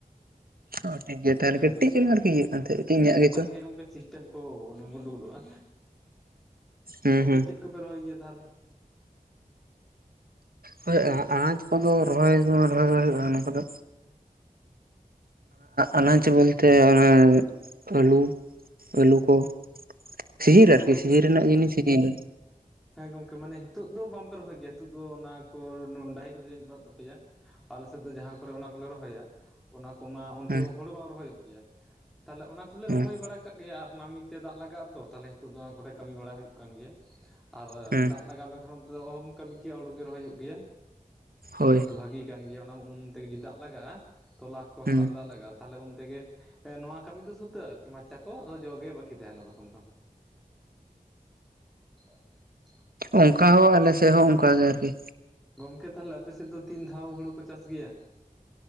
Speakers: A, on the right; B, in the centre.
A: ᱚᱸ ᱴᱷᱤᱠ ᱜᱮᱭᱟ ᱛᱟᱦᱚᱞᱮ
B: ᱦᱮᱸ
A: ᱠᱟᱹᱴᱤᱡ
B: ᱜᱚᱢᱠᱮ
A: ᱪᱚᱝ ᱟᱨᱠᱤ ᱤᱭᱟᱹᱜ ᱠᱟᱱᱟ ᱛᱟᱦᱮᱜᱼᱟ ᱠᱤ ᱢᱮᱱᱟᱜ ᱜᱮᱪᱚ
B: ᱚᱱᱠᱟᱜ ᱜᱮ ᱜᱚᱢᱠᱮ ᱥᱤᱥᱴᱮᱢ ᱠᱚ ᱜᱩᱱᱰᱩ ᱜᱩᱞᱚᱜᱼᱟ
A: ᱦᱩᱸ
B: ᱜᱚᱝᱠᱮ
A: ᱦᱩᱸ
B: ᱪᱮᱫ ᱠᱚᱯᱮ ᱨᱚᱦᱚᱭ ᱜᱮᱭᱟ ᱛᱟᱦᱚᱞᱮ
A: ᱦᱳᱭ ᱟᱱᱟᱡ ᱠᱚᱫᱚ ᱨᱚᱦᱚᱭ ᱡᱚᱢ ᱨᱚᱦᱚᱭ ᱫᱚ ᱦᱩᱭᱩᱜᱼᱟ ᱚᱱᱟ ᱠᱚᱫᱚ ᱟᱱᱟᱡ ᱵᱚᱞ ᱛᱮ ᱚᱱᱟ ᱟᱹᱞᱩ ᱟᱹᱞᱩ ᱠᱚ ᱥᱤᱡᱤᱱ
B: ᱢᱟᱱᱮ
A: ᱨᱮ ᱟᱨᱠᱤ
B: ᱜᱚᱢ
A: ᱥᱤᱡᱤᱱ ᱨᱮᱱᱟᱜ ᱡᱤᱱᱤᱥ ᱥᱤᱡᱤᱱ ᱨᱮ
B: ᱦᱮᱸ ᱜᱚᱢᱠᱮ ᱢᱟᱱᱮ ᱱᱤᱛᱚᱜ ᱫᱚ ᱵᱟᱝ ᱯᱮ ᱨᱚᱦᱚᱭ ᱜᱮᱭᱟ ᱱᱤᱛᱚᱜ ᱫᱚ ᱚᱱᱟ ᱠᱚ ᱰᱟᱦᱤ ᱠᱚᱫᱚ ᱡᱟᱱᱤᱡ ᱵᱟᱹᱱᱩᱜ ᱛᱟᱯᱮᱭᱟ ᱟᱞᱮ ᱥᱮᱫ ᱫᱚ ᱡᱟᱦᱟᱸ ᱠᱚᱨᱮ ᱚᱱᱟ ᱠᱚᱞᱮ ᱨᱚᱦᱚᱭᱟ ᱚᱱᱟ ᱠᱚᱢᱟ ᱚᱱᱛᱮ
A: ᱦᱮᱸ
B: ᱦᱩᱲᱩ ᱵᱟᱝ ᱨᱚᱦᱚᱭᱚᱜ ᱜᱮᱭᱟ ᱛᱟᱦᱚᱞᱮ ᱚᱱᱟ ᱠᱚᱞᱮ
A: ᱦᱮᱸ
B: ᱨᱚᱦᱚᱭ ᱵᱟᱲᱟ ᱠᱟᱜ ᱜᱮᱭᱟ ᱟᱨ ᱱᱟᱹᱢᱤ ᱛᱮ ᱫᱟᱜ ᱞᱟᱜᱟᱣ ᱛᱚ ᱛᱟᱦᱚᱞᱮ ᱱᱤᱛᱚᱜ ᱫᱚ ᱚᱱᱟ ᱠᱚᱨᱮ ᱠᱟᱹᱢᱤ ᱵᱟᱲᱟ ᱦᱩᱭᱩᱜ ᱠᱟᱱ ᱜᱮᱭᱟ ᱟᱨ
A: ᱦᱮᱸ
B: ᱫᱟᱜ ᱞᱟᱜᱟᱣ ᱞᱮᱱ ᱠᱷᱟᱱ ᱫᱚ ᱚᱦᱚᱢ ᱠᱟᱹᱢᱤ ᱠᱮᱭᱟ ᱦᱩᱲᱩ ᱜᱮ ᱨᱚᱦᱚᱭᱚᱜ ᱜᱮᱭᱟ
A: ᱦᱳᱭ
B: ᱟᱫᱚ ᱵᱷᱟᱜᱤ ᱠᱟᱱ ᱜᱮᱭᱟ ᱚᱱᱟ ᱩᱢ ᱛᱮᱜᱮ ᱡᱩᱫᱤ ᱫᱟᱜ ᱞᱟᱜᱟᱜᱼᱟ ᱛᱚᱞᱟ ᱠᱚ
A: ᱦᱩᱸ
B: ᱦᱟᱨᱟᱜ ᱫᱟᱜ ᱞᱟᱜᱟᱜᱼᱟ ᱛᱟᱦᱚᱞᱮ ᱩᱱ ᱛᱮᱜᱮ ᱱᱚᱣᱟ ᱠᱟᱹᱢᱤ ᱫᱚ ᱥᱩᱛᱟᱹᱜᱼᱟ ᱟᱨᱠᱤ ᱢᱟᱪᱟ ᱠᱚ ᱟᱫᱚ ᱡᱚᱜᱮ ᱵᱟᱹᱠᱤ ᱛᱟᱦᱮᱱᱟ ᱛᱚᱠᱷᱚᱱ ᱫᱚ <unintelligible>
A: ᱚᱱᱠᱟ ᱦᱚᱸ ᱟᱞᱮ ᱥᱮᱜ ᱦᱚᱸ ᱚᱱᱠᱟᱜ ᱜᱮ ᱟᱨᱠᱤ
B: ᱜᱚᱝᱠᱮ ᱛᱟᱦᱚᱞᱮ ᱟᱯᱮ ᱥᱮᱫ ᱫᱚ ᱛᱤᱱ ᱫᱷᱟᱣ ᱦᱩᱲᱩ ᱠᱚ ᱪᱟᱥ ᱜᱮᱭᱟ